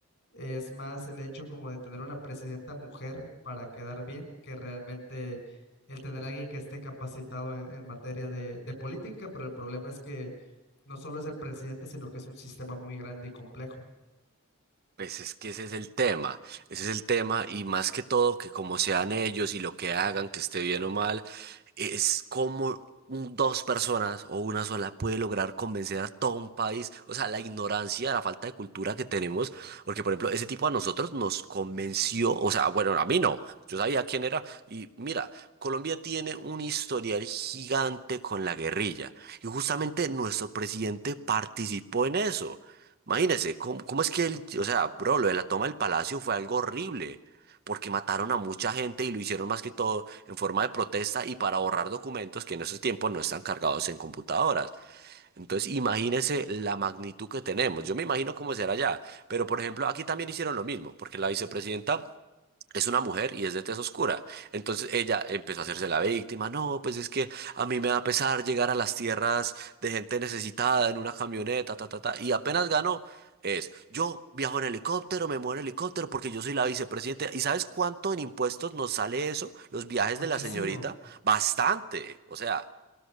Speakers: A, on the left; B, on the right.
A: es más el hecho como de tener una presidenta mujer para quedar bien que realmente el tener a alguien que esté capacitado en, en materia de, de política, pero el problema es que no solo es el presidente, sino que es un sistema muy grande y complejo.
B: Pues es que ese es el tema, ese es el tema y más que todo que como sean ellos y lo que hagan, que esté bien o mal, es como dos personas o una sola puede lograr convencer a todo un país, o sea, la ignorancia, la falta de cultura que tenemos, porque por ejemplo, ese tipo a nosotros nos convenció, o sea, bueno, a mí no, yo sabía quién era y mira, Colombia tiene un historial gigante con la guerrilla y justamente nuestro presidente participó en eso. Imagínese, ¿cómo, cómo es que él, o sea, bro, lo de la toma del palacio fue algo horrible, porque mataron a mucha gente y lo hicieron más que todo en forma de protesta y para borrar documentos que en esos tiempos no están cargados en computadoras. Entonces, imagínese la magnitud que tenemos. Yo me imagino cómo será allá, pero por ejemplo, aquí también hicieron lo mismo, porque la vicepresidenta es una mujer y es de tez oscura. Entonces ella empezó a hacerse la víctima. No, pues es que a mí me da pesar llegar a las tierras de gente necesitada en una camioneta, ta, ta, ta. Y apenas ganó, es yo viajo en helicóptero, me muevo en helicóptero porque yo soy la vicepresidenta. ¿Y sabes cuánto en impuestos nos sale eso? Los viajes
A: Muchísimo.
B: de la señorita. Bastante. O sea,